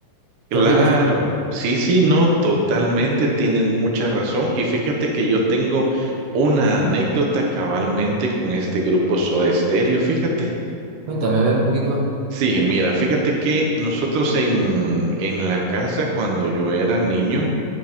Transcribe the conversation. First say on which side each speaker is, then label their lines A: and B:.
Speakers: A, on the right (about 75°); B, on the right (about 55°).
A: Claro,
B: ¿Qué opinas tú?
A: sí, sí, no, totalmente, tienen mucha razón. Y fíjate que yo tengo una anécdota cabalmente con este grupo Soda Stereo, fíjate.
B: Cuéntame, a ver un poquito.
A: Sí, mira, fíjate que nosotros en, en la casa cuando yo era niño,